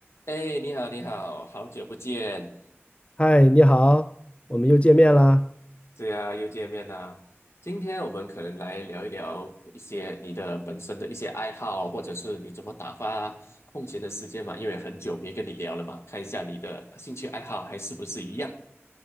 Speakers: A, on the left; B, on the left.
A: 哎，你好，你好，好久不见，
B: 嗨，你好，我们又见面啦。
A: 嗯，对啊，又见面啦。今天我们可能来聊一聊一些你的本身的一些爱好，或者是你怎么打发空闲的时间嘛，因为很久没跟你聊了嘛，看一下你的兴趣爱好还是不是一样。